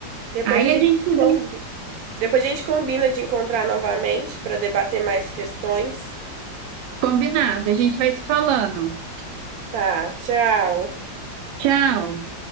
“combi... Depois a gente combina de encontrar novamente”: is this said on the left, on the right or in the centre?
Right